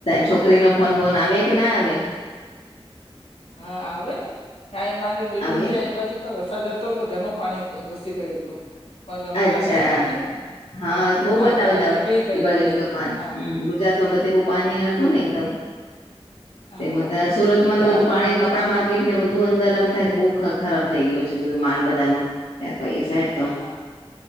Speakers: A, on the left; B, on the left.
A: છોકરી નો ફોન બોન આવે કે ના આવે
B: હા આવે ને આ મારે બેબીન
A: આવે
B: ત્યાં એ બાજુ પણ વરસા જતો પણ ઘરમાં પાણી ઘુસી ગયું હતું પણ હમને
A: અચ્છા
B: લગાય હતો ને
A: હા બહુ બતાવે
B: તો હવે
A: દ
B: નીકળી ગયું
A: ઈ બાજુલી
B: હવે
A: કપાન
B: હા
A: ગુજરાત માં બધે બહુ પાણી હતું ને એકદમ, તેમાં
B: હા
A: ત સુરતમાં
B: ત્યાં
A: તો બધું પાણી કપડા માર્કેટ ને બધું અંદર એમ થાય કે બહુ ખરાબ થઈ ગયયો છે બધું માલ બધાનો ત્યાં તો એ સાઈડ તો
B: હા